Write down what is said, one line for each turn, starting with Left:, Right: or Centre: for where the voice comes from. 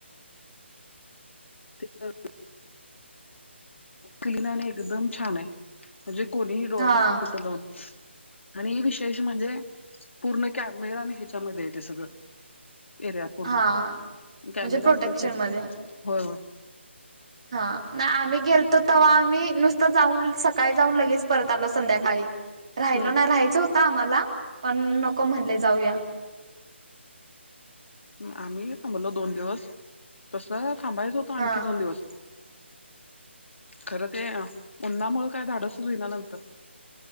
Left: ते <unintelligible> क्लीन आणि एकदंम छान आहे म्हणजे कोणीही डोळ
Right: हा
Left: दाकवूंन तिथं दोन आणि एक विशेष म्हणजे पूर्ण कॅमेरा आणि ह्याच्यामध्ये हाय ते सगळं एरिया पूर्ण
Right: हा
Left: कॅमेरामध्ये
Right: म्हणजे प्रोटेक्शन
Left: येते
Right: मध्ये
Left: हो.
Right: हा नाय आम्ही गेलतो तवा आम्ही नुसतं जाऊन सकाळी जाऊन लगेच परत आलो संध्याकाळी रायलो
Left: हम्म
Right: नाय राहायचं होत आम्हाला पण नको म्हणले जाऊया.
Left: म आम्ही थांबलो दोन दिवस तस थांबायच होत त आणखी
Right: हा.
Left: दोन दिवस खरं ते उन्हामुळ काय धाडसच होईना नंतर